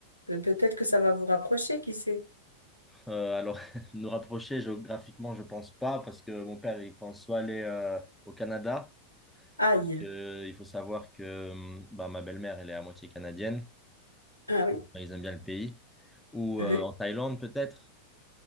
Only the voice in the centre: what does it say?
Euh, alors, <laughs> nous rapprocher géographiquement, je pense pas, parce que mon père, il pense soit aller euh, au Canada,
parce que euh, il faut savoir que euh, bah, ma belle-mère, elle est à moitié canadienne,
bah, ils aiment bien le pays, ou euh,
en Thaïlande peut-être,